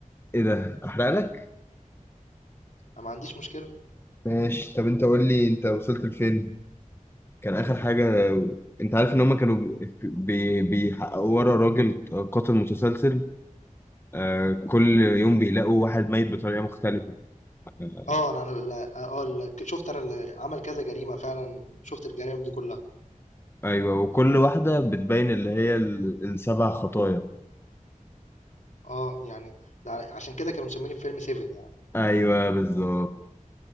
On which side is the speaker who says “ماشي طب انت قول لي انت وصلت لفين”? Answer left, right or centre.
Left